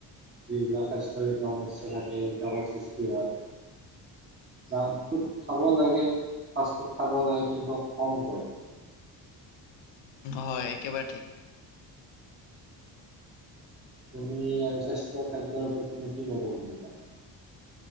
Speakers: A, on the right; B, on the left.
A: যিবিলাক স্বাস্থ্যজনিত সমস্যা থাকে সেইবিলাকৰ সৃষ্টি হয় জাংটোত খাব লাগে ফাষ্টফুড খাব লাগে কিন্তু কমকৈ
B: হয় একেবাৰে ঠিক
A: তুমি আৰু স্বাস্থ্যৰ খাদ্যৰ ওপৰত তুমি কি ক'ব সুজিবা <unintelligible>